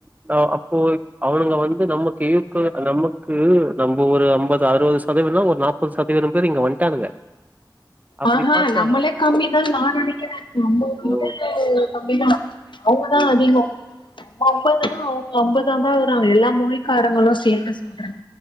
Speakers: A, on the right; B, on the left.
A: ந அப்போ அவனுங்க வந்து நமக்கு இக்வல் நமக்கு நம்ம ஒரு ஐம்பது அறுவது சதவீதம்பேர் ஒரு நாற்பது சதவீதம் பேர் இங்க வந்ட்டானுங்க அப்படி
B: ஆஹா
A: பாத்தா
B: நம்மளே கம்மிதா நா நனைக்கிறே நம்ம வந்து
A: ஓ!
B: கம்மிதா அவங்கதா
A: ம்.
B: அதிகோ <inaudible> அவங்க <inaudible> தா வருறாங்க எல்லா மொழிக்காரங்களு சேட்டு சொல்றாங்க